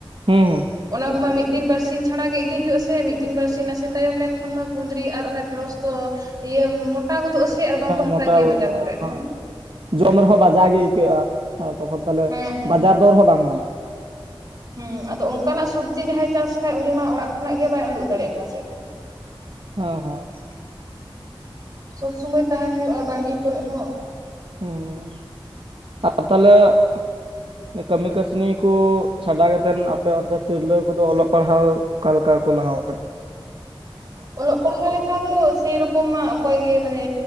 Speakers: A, on the right; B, on the right.
A: ᱦᱩᱸ ᱾
B: ᱠᱚ ᱢᱟ ᱢᱤᱫ ᱫᱤᱱ ᱵᱟᱨᱥᱤᱧ ᱪᱷᱟᱲᱟ ᱜᱮ ᱤᱫᱤ ᱦᱩᱭᱩᱜᱼᱟ ᱥᱮ, ᱢᱤᱫ ᱫᱤᱱ ᱵᱟᱨᱥᱤᱧ ᱱᱟᱥᱮ ᱛᱟᱭᱚᱢ ᱞᱮᱱᱠᱷᱟᱱ ᱢᱟ ᱠᱩᱸᱫᱽᱨᱤ ᱟᱨ ᱚᱱᱟ ᱰᱷᱮᱲᱚᱥ ᱫᱚ ᱤᱭᱟᱹ ᱢᱚᱴᱟ ᱜᱚᱫᱚᱜ ᱟᱥᱮ ᱟᱨ ᱵᱟᱝ ᱠᱚ ᱦᱟᱛᱟᱣ
A: ᱢᱚᱴᱟᱣ
B: ᱜᱮᱭᱟ
A: ᱜᱚᱫᱚᱜᱼᱟ
B: ᱵᱟᱡᱟᱨ ᱠᱚᱨᱮᱜ
A: ᱦᱮᱸ
B: ᱦᱚᱸ ᱾
A: ᱡᱚᱢ ᱨᱮᱦᱚᱸ ᱵᱟᱡᱟ ᱜᱮ ᱟᱹᱭᱠᱟᱹᱜᱼᱟ, ᱟᱨ ᱛᱚᱠᱷᱚᱱ ᱛᱟᱦᱚᱞᱮ
B: ᱦᱮᱸ ᱦᱮᱸ
A: ᱵᱟᱡᱟᱨ ᱫᱚᱨ ᱦᱚᱸ ᱵᱟᱝ ᱧᱟᱢᱚᱜᱼᱟ ᱾
B: ᱦᱮᱸ ᱟᱫᱚ ᱚᱱᱠᱟᱱᱟᱜ ᱥᱚᱵᱽᱡᱤ ᱡᱟᱦᱟᱸᱭᱮ ᱪᱟᱥ ᱠᱷᱟᱡ ᱩᱱᱤ ᱢᱟ ᱚᱲᱟᱜ ᱠᱷᱚᱱᱟᱜ ᱜᱮ ᱵᱟᱭ ᱩᱸᱰᱩᱜ ᱫᱟᱲᱮᱭᱟᱜᱼᱟ ᱚᱠᱟ ᱥᱮᱫ ᱦᱚ ᱾
A: ᱦᱚᱸ ᱦᱚᱸ ᱾
B: ᱥᱚᱵᱽ ᱥᱚᱢᱚᱭ ᱛᱟᱦᱮᱱ ᱦᱩᱭᱩᱜᱼᱟ ᱵᱟᱲᱜᱮ ᱠᱚᱨᱮᱜ ᱦᱚᱸ ᱾
A: ᱦᱮᱸ ᱟᱨ ᱛᱟᱞᱦᱮ ᱼᱼ ᱠᱟᱹᱢᱤ ᱠᱟᱹᱥᱱᱤ ᱠᱚ ᱪᱷᱟᱰᱟ ᱠᱟᱛᱮᱫ, ᱟᱯᱮ ᱚᱱᱛᱮ ᱛᱤᱨᱞᱟᱹ ᱠᱚᱫᱚ ᱚᱞᱚᱜ ᱯᱟᱲᱦᱟᱣ ᱚᱠᱟ ᱞᱮᱠᱟ ᱠᱚ ᱞᱟᱦᱟᱣ ᱟᱠᱟᱱᱟ?
B: <inaudible> ᱚᱞᱚᱜ ᱯᱟᱲᱦᱟᱣ ᱞᱮᱠᱟ ᱫᱚ ᱥᱮᱨᱚᱠᱚᱢ ᱢᱟ ᱚᱠᱚᱭ ᱜᱮ ᱢᱟᱱᱮ